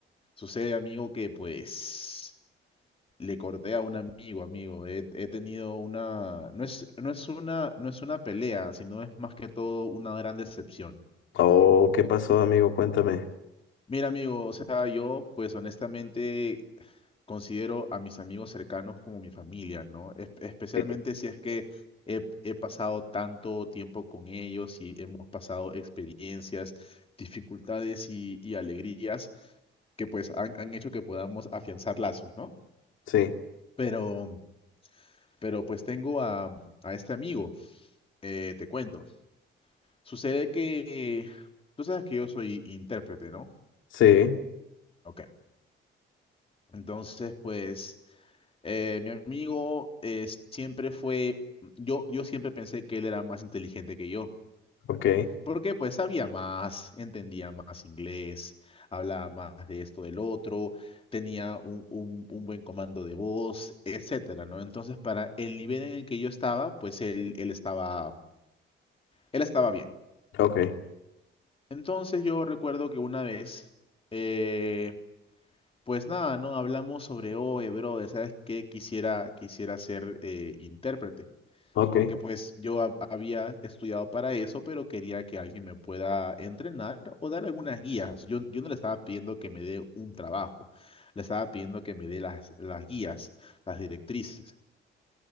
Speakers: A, on the left; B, on the left.
A: sucede, amigo, que pues le corté a un amigo, amigo. He, he tenido una, no es, no es una, no es una pelea, sino es más que todo una gran decepción.
B: Oh, ¿qué pasó, amigo? Cuéntame.
A: Mira, amigo, o sea, yo pues honestamente considero a mis amigos cercanos como mi familia, ¿no? Es- especialmente
B: Eh,
A: si es que he, he pasado tanto tiempo con ellos y hemos pasado experiencias, dificultades y, y alegrías que pues han, han hecho que podamos afianzar lazos, ¿no?
B: Sí,
A: Pero, pero pues tengo a, a este amigo, eh, te cuento. Sucede que, eh, tú sabes que yo soy intérprete, ¿no?
B: sí,
A: Ok. Entonces, pues... Eh, mi amigo eh, siempre fue, yo, yo siempre pensé que él era más inteligente que yo,
B: ok,
A: porque pues sabía más, entendía más inglés, hablaba más de esto, del otro, tenía un, un- un buen comando de voz, etcétera, ¿no? Entonces, para el nivel en el que yo estaba, pues él, él estaba, él estaba bien.
B: ok,
A: Entonces yo recuerdo que una vez, eh, pues nada, ¿no? Hablamos sobre, oye, brother, ¿sabes qué? Quisiera, quisiera ser eh, intérprete.
B: ok,
A: porque pues yo hab- había estudiado para eso, pero quería que alguien me pueda entrenar o dar algunas guías. Yo, yo no le estaba pidiendo que me dé un trabajo, le estaba pidiendo que me dé las, las guías, las directrices.